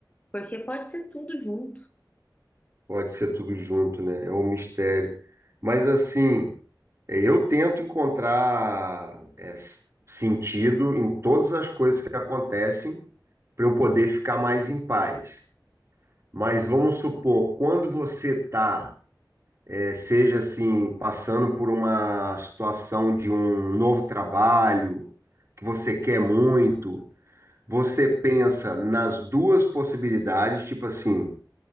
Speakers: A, on the left; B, on the right.
A: Porque pode ser tudo junto.
B: Pode ser tudo junto, né? É um mistério. Mas assim, é, eu tento encontrar é, s- sentido em todas as coisas que acontecem para eu poder ficar mais em paz. Mas vamos supor, quando você está, seja assim, passando por uma situação de um novo trabalho que você quer muito. Você pensa nas duas possibilidades, tipo assim,